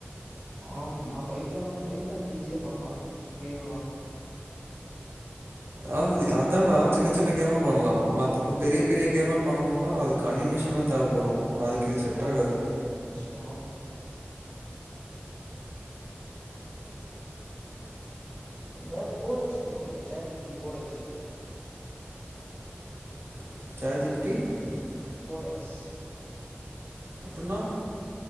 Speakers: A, on the left; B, on the right.
A: ஆ் ந பைத்த பைத்தானச்சு ஈஸியா பண்ணலாம் கேம் எல்லாம்
B: அ அதான்டா சின்ன சின்ன கேமா பண்ணலாம் மத்த பெரிய பெரிய கேமா பண்ணும்னா அதுக்கு அனிமேஷன் எலாம் தேவைப்படும் அதுக்கு இது செட்
A: ஆம
B: ஆகாது
A: ஆாம கஷ்டம்தா பண்ணலாம் இந்த கோட எக்ஸ்ட்ரா பண்ணிருக்க சார் ஜிபிடி கோட எக்ஸ்
B: <inaudible>
A: பொரடக்ஸ்
B: அனா